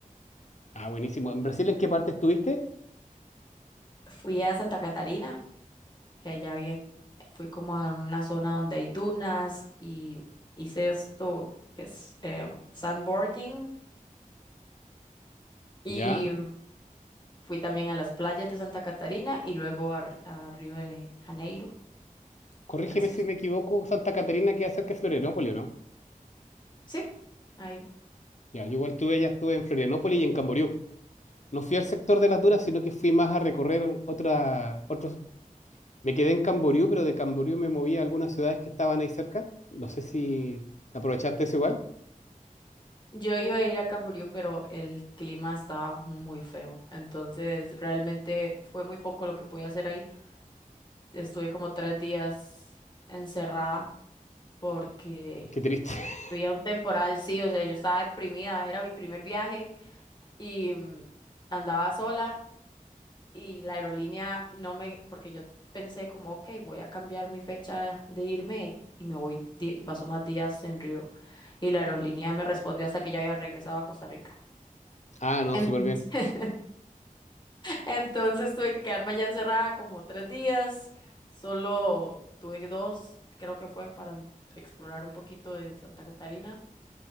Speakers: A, on the left; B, on the left.
A: Ah, buenísimo. ¿En Brasil en qué parte estuviste?
B: Fui a Santa Catarina que allá bien fui como a una zona donde hay dunas y hice esto que es em, sandboarding y
A: Ya.
B: mm, fui también a las playas de Santa Catarina y luego a, R- a Río de Janeiro,
A: Corrígeme
B: precioso.
A: si me equivoco, Santa Catarina queda cerca de Florianópolis, ¿o ¿no?
B: Sí, ahí.
A: Ya, yo igual estuve, ya estuve en Florianópolis y en Camboriú. No fui al sector de las dunas, sino que fui más a recorrer otra, otros... Me quedé en Camboriú, pero de Camboriú me moví a algunas ciudades que estaban ahí cerca. No sé si aprovechaste eso igual.
B: Yo iba a ir a Camboriú, pero el clima estaba muy feo, entonces realmente fue muy poco lo que pude hacer ahí. Estuve como tres días encerrada porque
A: Qué triste. <laughs>
B: Había un temporal, sí, o sea, yo estaba deprimida, era mi primer viaje y mm, andaba sola y la aerolínea no me, porque yo pensé como, ok, voy a cambiar mi fecha de irme y me voy di- y paso más días en Río. Y la aerolínea me respondió hasta que ya había regresado a Costa Rica.
A: Ah, no,
B: Entonces,
A: súper bien.
B: <laughs> entonces tuve que quedarme allá encerrada como tres días, solo tuve dos, creo que fue para explorar un poquito de Santa Catarina.